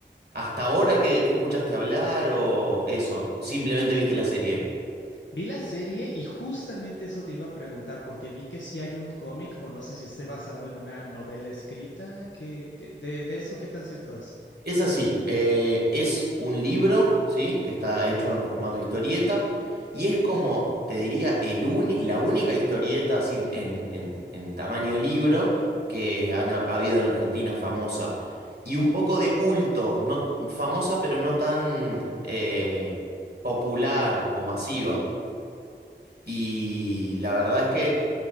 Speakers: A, on the right; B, on the left.
A: hasta ahora qué, qué escuchaste hablar o eso? ¿Simplemente viste la serie?
B: Vi la serie y justamente eso te iba a preguntar porque vi que si hay un cómic o no sé si esté basado en una novela escrita que, que- de, de eso, ¿qué tan cierto es?
A: Es así, eh, es un libro, ¿sí? Que está hecho en formato historieta y es como, te diría, el uni- la única historieta así en, en- en tamaño libro que han ha ha habido en Argentina famosa. Y un poco de culto, no, famosa pero no tan eh, popular o masiva. Y la verdad es que